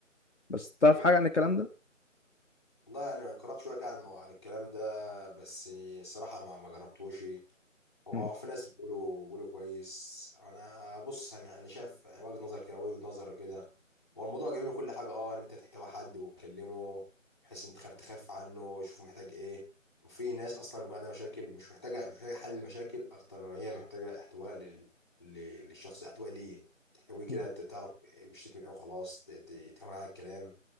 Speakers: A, on the left (about 65°); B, on the left (about 20°).
A: بس تعرف
B: حقيقة
A: حاجة عن الكلام ده؟
B: والله يعني قرأت شوية كده عن المو- عن الكلام ده بس الصراحة ما ما جربتوش هو
A: مم.
B: في ناس بيقولوا بيقولوا كويس أنا بص أنا أنا شايف وجهة نظر كده وجهة نظر كده هو الموضوع جميل وكل حاجة أه إن أنت تحتوي حد وتكلمه بحيث أنت تخاف تخاف عنه شوف محتاج إيه وفي ناس أصلا بيكون عندها مشاكل مش محتاجة مش محتاجة حل مشاكل أكتر ما هي محتاجة احتواء لل... لل- للشخص احتواء ليه تحتويه كده
A: مم.
B: ت- تعرف بيشتكي من إيه وخلاص ت- ت- تهون على الكلام